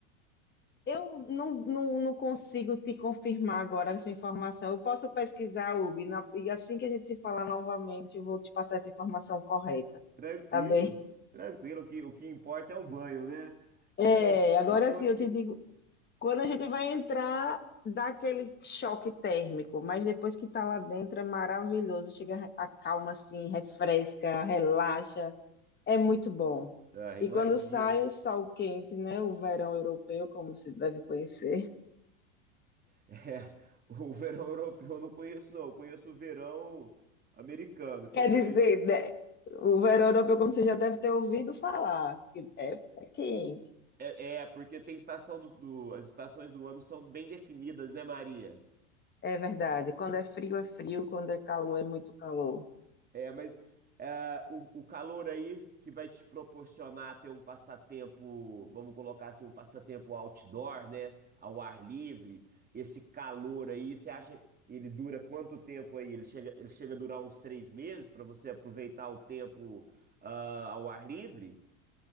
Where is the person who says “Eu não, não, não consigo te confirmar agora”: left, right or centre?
Left